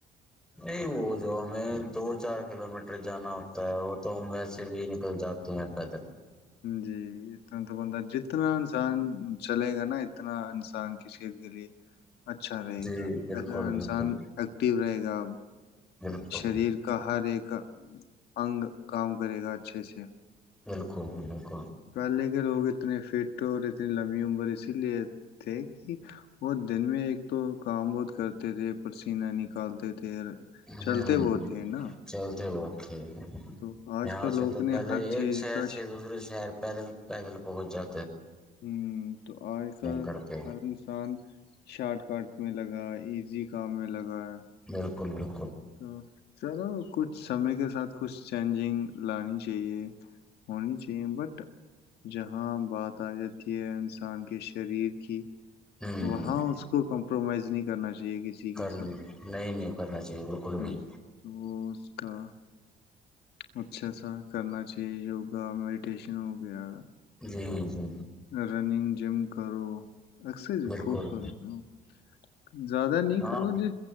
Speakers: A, in the centre; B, on the left.
A: نہیں وہ جو ہمیں دو چار کلو میٹر جانا ہوتا ہے وہ تو ہم ویسے بھی نکل جاتے ہیں پیدل
B: جی اتنا تو بندہ جتنا انسان چلے گا نا اتنا انسان کی شت کے لیے اچھا رہے
A: جی
B: گا
A: بالکل
B: ا انسان
A: بالکل
B: ایکٹیو رہے گا
A: بالکل
B: شریر کا ہر ایک انگ کام کرے گا اچھے سے
A: بالکل بالکل
B: پہلے کے لوگ ا اتنے فٹ اور اتنی لمبی عمر اسی لیے تھے کہ وہ دن میں ایک تو کام بہت کرتے تھے پسینہ نکالتے تھے
A: ہوں
B: چلتے وہ تھے نا
A: چلتے بہت یہاں
B: تو آج کل
A: سے
B: لوگ
A: تو
B: نے
A: پہلے
B: ہر
A: ایک
B: چیز
A: شہر
B: کا
A: سے دوسرے شہر پیدل پیدل پہنچ جا
B: ہوں تو آج کال
A: کر کے
B: ہر انسان شارٹ کٹ میں لگا ایزی کام میں لگا ہے
A: بالکل بالکل
B: تو چلو کچھ سمے کے ساتھ کچھ چینجنگ لانی چاہیے ہونی چاہیے بٹ جہاں بات آ جاتی ہے انسان کے شریر کی
A: ہوں
B: وہاں اس کو کمپرومائز نہیں کرنا چاہیے کسی کے
A: کر
B: ساتھ
A: نہیں نہیں کرنا <inaudible>
B: ہ
A: بھی
B: تو وہ اس کا اچھا سا کرنا چاہیے یوگا میڈیٹیشن ہو گیا
A: جی ج جی
B: رننگ جم کرو اکثر جی
A: بالکل
B: خوب کرو زیادہ نہیں
A: ہاں
B: کرو ج